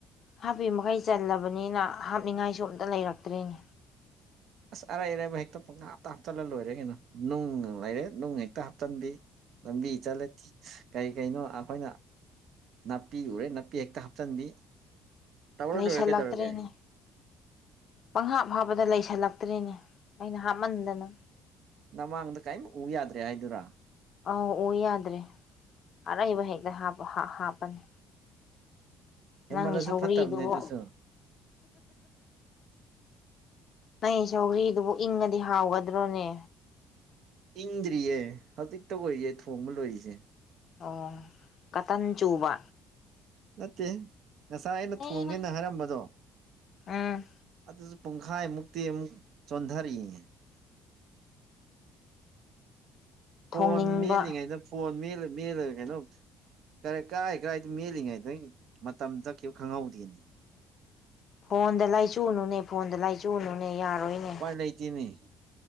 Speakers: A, on the left (about 50°); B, on the right (about 60°).
A: ꯍꯥꯞꯄꯤ ꯃꯈꯩ ꯆꯜꯂꯕꯅꯤꯅ ꯍꯥꯞꯅꯤꯡꯉꯥꯏꯁꯨ ꯑꯃꯇ ꯂꯩꯔꯛꯇ꯭ꯔꯦꯅꯦ
B: ꯑꯁ ꯑꯔꯩ ꯑꯔꯩ ꯕ ꯍꯦꯛꯇ ꯄꯡꯍꯥꯞꯇ ꯍꯥꯞ ꯆꯜꯂ ꯂꯣꯏꯔꯦ ꯀꯩꯅꯣ ꯅꯨꯡ ꯂꯩꯔꯦ ꯅꯨꯡ ꯍꯦꯛꯇ ꯍꯥꯞꯆꯟꯕꯤ ꯂꯝꯕꯤ ꯆꯠꯂꯦ ꯊꯤ ꯀꯔꯤ ꯀꯔꯤꯅꯣ ꯑꯩꯈꯣꯏꯅ ꯅꯥꯄꯤ ꯎꯔꯦ ꯅꯥꯄꯤ ꯍꯦꯛꯇ ꯍꯥꯞꯆꯤꯟꯕꯤ ꯇꯧꯔ
A: ꯂꯩꯁꯜꯂꯛꯇ꯭ꯔꯦꯅꯦ
B: ꯂꯣꯏꯔꯦ ꯇꯧꯔꯒꯦ
A: ꯄꯪꯍꯥꯞ ꯍꯥꯞꯕꯗ ꯂꯩꯁꯜꯂꯛꯇ꯭ꯔꯦꯅꯦ ꯑꯩꯅ ꯍꯥꯞꯃꯟꯗꯅ
B: ꯅꯃꯥꯡꯗ ꯀꯔꯤꯝ ꯎ ꯌꯥꯗ꯭ꯔꯦ ꯍꯥꯏꯗꯨꯔ
A: ꯑ ꯎ ꯌꯥꯗ꯭ꯔꯦ ꯑꯔꯩꯕ ꯍꯦꯛꯇ ꯍꯥꯞ ꯍꯥꯝꯄꯅꯤ
B: ꯍꯦꯟꯃꯜꯂꯁꯨ
A: ꯅꯪꯒꯤ ꯁꯧꯒ꯭ꯔꯤꯗꯨꯕꯣ
B: ꯐꯠꯇꯕꯅꯦ ꯑꯗꯨꯁꯨ
A: ꯅꯪꯒꯤ ꯁꯧꯒ꯭ꯔꯤꯗꯨꯕꯨ ꯏꯪꯉꯗꯤ ꯍꯥꯎꯒꯗ꯭ꯔꯣꯅꯦ
B: ꯏꯪꯗ꯭ꯔꯤꯌꯦ ꯍꯧꯖꯤꯛꯇ ꯑꯣꯏꯌꯦ ꯊꯣꯡꯕ ꯂꯣꯏꯔꯤꯁꯦ
A: ꯑꯣ ꯀꯇꯟ ꯆꯨꯕ
B: ꯅꯠꯇꯦ ꯉꯁꯥꯏ ꯑꯩꯅ
A: ꯅꯦꯅ
B: ꯊꯣꯡꯉꯦꯅ ꯍꯥꯏꯔꯝꯕꯗꯣ
A: ꯎꯝ
B: ꯑꯗꯨꯁꯨ ꯄꯨꯡꯈꯥꯏꯃꯨꯛꯇꯤ ꯑꯃꯨꯛ ꯆꯣꯟꯊꯔꯛꯏꯉ ꯐꯣꯟ
A: ꯊꯣꯡꯅꯤꯡꯕ
B: ꯃꯦꯜꯂꯤꯉꯩꯗ ꯐꯣꯟ ꯃꯦꯜꯂ ꯃꯦꯜꯂ ꯀꯩꯅꯣ ꯀ ꯀꯔꯥꯏ ꯀꯔꯥꯏꯗꯣ ꯃꯦꯜꯂꯤꯉꯩꯗꯪ ꯃꯇꯝ ꯆꯠꯈꯤꯕ ꯈꯪꯍꯧꯗꯦꯅꯤ
A: ꯐꯣꯟꯗ ꯂꯥꯏꯆꯨꯅꯨꯅꯦ ꯐꯣꯟꯗ ꯂꯥꯏꯆꯨꯅꯨꯅꯦ ꯌꯥꯔꯣꯏꯅꯦ
B: ꯎꯄꯥꯏ ꯂꯩꯇꯦꯅꯦ